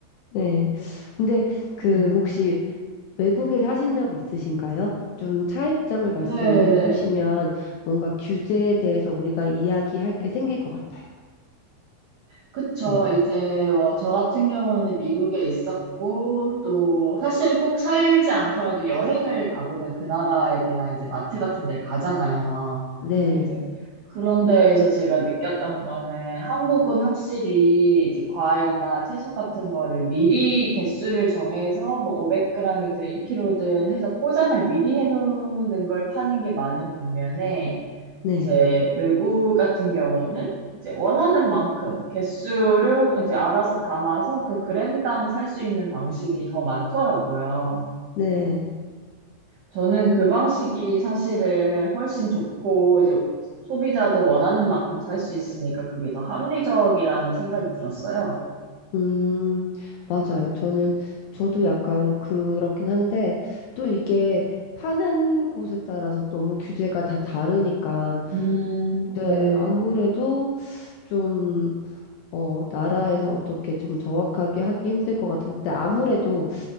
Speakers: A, on the left; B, on the right.
A: 네. 근데 그
B: 음.
A: 혹시 외국에 사신 적 있으신가요? 좀 차이점을 말씀을
B: 네네.
A: 해보시면 뭔가 규제에 대해서 우리가 이야기할 게 생길 것 같아요.
B: 그쵸.
A: 네.
B: 이제 뭐 저 같은 경우는 미국에 있었고 또 사실 꼭 살지 않더라도 여행을 가보면 그 나라에 대한 이제 마트 같은 데를 가잖아요.
A: 네.
B: 이제 그런 데에서 제가 느꼈던 거는 한국은 확실히 이제 과일이나 채소 같은 거를 미리 개수를 정해서 뭐 500g이든 1kg든 해서 포장을 미리 해놓는 걸 파는 게 많은 반면에
A: 네.
B: 이제 외국 같은 경우는 이제 원하는 만큼 개수를 이제 알아서 담아서 그 그램당 살 수 있는 방식이 더 많더라고요.
A: 네.
B: 저는 그 방식이 사실은 훨씬 좋고 이제 소비자도 원하는 만큼 살 수 있으니까 그게 더 합리적이라는 생각이 들었어요.
A: 음, 맞아요. 저는, 저도 약간 그렇긴 한데 또 이게 파는 곳에 따라서 너무 규제가 다 다르니까
B: 음,
A: 네,
B: 네,
A: 아무래도 좀, 어, 나라에서 어떻게 좀 정확하게 하기 힘들 것 같은데 아무래도